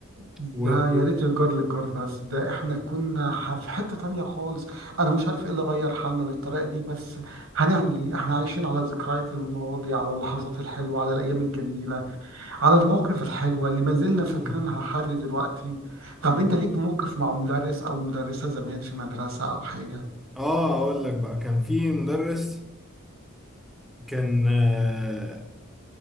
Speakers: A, on the right; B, in the centre.
A: ده
B: و... و...
A: يا ريت الجار للجار بس ده احنا كنا ح- في حتة تانية خالص انا مش عارف ايه اللي غير حالنا للطريقة دي بس هنعمل ايه احنا عايشين على ذكريات الماضي على اللحظات الحلوة على الايام الجميلة على المواقف الحلوة اللي ما زلنا
B: مم.
A: فاكرينها لحد دلوقتي طب انت ليك موقف مع مدرس او مدرسة زمان في مدرسة او حاجة
B: آه أقول لك بقى كان في مدرس كان آه،